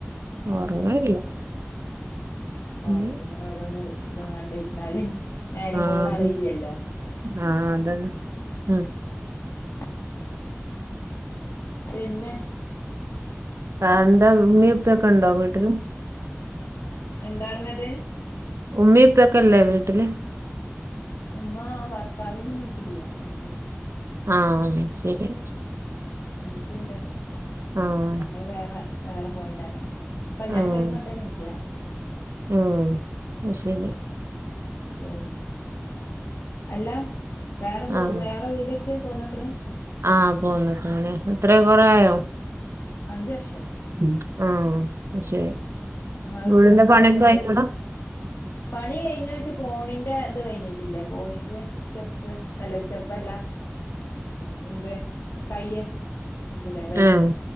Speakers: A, on the left (about 70°); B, on the right (about 60°).
A: ആഹ്
B: ഒറങ്ങലില്ല.
A: ഫോണില്ങ്ങനെ
B: പിന്നെ
A: ഓരോന്ന് ഇതും കണ്ടിര്ന്നാല് നേരം
B: ആഹ്
A: പോണത് അറീല്ലല്ലോ.
B: ആഹ് അതന്നെ. ഉം
A: ഉം അതെന്നെ പിന്നെഹ്
B: താണ്ടേ ഉമ്മീം ഉപ്പ്യൊക്കണ്ടോ വീട്ടില്?
A: എന്താ പറ്ഞ്ഞത്?
B: ഉമ്മീം ഉപ്പക്കൊല്ലേ വീട്ടില്?
A: ഉമ്മാ ഭർത്താവിന് ഇമ്മീം ഇപ്പില്ലാ മരിച്ച്ക്ക്ണ്.
B: ആഹ് ശരി.
A: ഇൻക്ക്ണ്ട്.
B: ആഹ്
A: ഞങ്ങള് വേറേ വേറെ പോയതാണ്. കല്യാണം
B: ആഹ്
A: കഴിക്കുമ്പോ തന്നെ ഇല്ല
B: ആഹ് അത്ശരി.
A: പിൻ, അല്ലാ വേറെ പോ
B: ആഹ്
A: വേറെ വീട് വെച്ച് പോന്ന്ക്ക്ണ്?
B: ആഹ് പോന്ന്ക്ക്ണ് ലേ. എത്രേ കൊറേ
A: ആഹ്
B: ആയോ?
A: അഞ്ച് വർഷായി
B: ഉം ആഹ് അയ്ശരി.
A: ഇങ്ങൾക്ക്
B: വീടിന്റെ
A: വീടൊക്കെല്ലേ
B: പണി ഒക്കെ ആയ്‌ക്ണോ?
A: പണി കയിഞ്ഞോ ചോയ്ച്ചാ കോണിന്റെ ഇത് കയ്ഞ്ഞിട്ടില്ല കോണിക്ക് സ്റ്റെപ്പ് അല്ല സ്റ്റെപ്പല്ല. ഇത് കയ്യ് വെക്കൂലേ വരി.
B: ആഹ്